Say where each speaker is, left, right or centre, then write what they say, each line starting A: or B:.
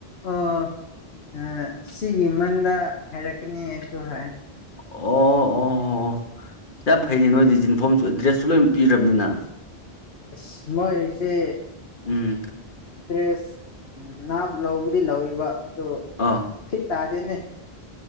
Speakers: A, on the left (about 70°); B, on the left (about 50°).
A: ꯑꯣ ꯑ ꯁꯤꯒꯤ ꯃꯟꯗ ꯍꯥꯏꯔꯛꯀꯅꯤ ꯑꯩꯁꯨ ꯍꯥꯏ
B: ꯑꯣ ꯑꯣ ꯑꯣ ꯌꯥꯝ ꯐꯩꯅꯦ ꯅꯣꯏꯗꯤ ꯖꯤꯟꯐꯣꯝꯁꯨ ꯑ ꯗ꯭ꯔꯦꯁꯁꯨ ꯂꯣꯏꯝ ꯄꯤꯔꯝꯅꯤꯅ
A: ꯑꯩꯁ ꯃꯣꯏꯁꯦ
B: ꯎꯝ
A: ꯗ꯭ꯔꯦꯁ ꯎꯝ ꯅꯥꯞ ꯂꯧꯕꯗꯤ ꯂꯧꯋꯦꯕ ꯑꯗꯨ
B: ꯑꯥ
A: ꯐꯤꯠ ꯇꯥꯗꯦꯅꯦ